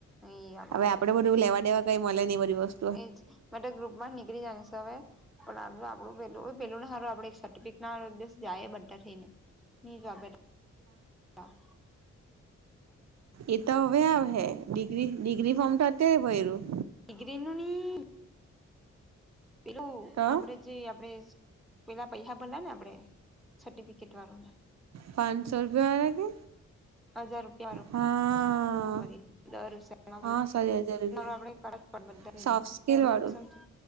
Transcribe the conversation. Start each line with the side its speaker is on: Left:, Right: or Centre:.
Centre: એ આપડ
Right: હવે આપડે
Centre: કોઈ કામ
Right: બધું
Centre: ન
Right: લેવા દેવા કઈ મળે ની બધી વસ્
Centre: એજ મેં તો ગ્રુપમાં જ નીકળી જવાની છે હવે પણ આપલું આપડું પેલું પેલું ને સારું આપડે સર્ટિફિકેટ ના હારુ એક દિવસ જાયે બધા થેઈને ની જો આપે તો હા.
Right: એ તો હવે આવહે ડિગ્રી ડિગ્રી ફોર્મ તો અત્યારે ભર્યું.
Centre: ડિગ્રીનું ની. પેલું
Right: તો
Centre: આપડે જે આપડે પેલા પૈસા ભરલાને. આપડે સર્ટિફિકેટ વાડામાં.
Right: પાંચસો રૂપિયા વાળા કે
Centre: હજાર રૂપિયા
Right: હા
Centre: વળી. દર સાલ <unintelligible>
Right: હા સારી હજાર રૂપિયા
Centre: આપડે કરપડ બધાને,
Right: સોફ્ટ સ્કીલ વાળું
Centre: કસમથી.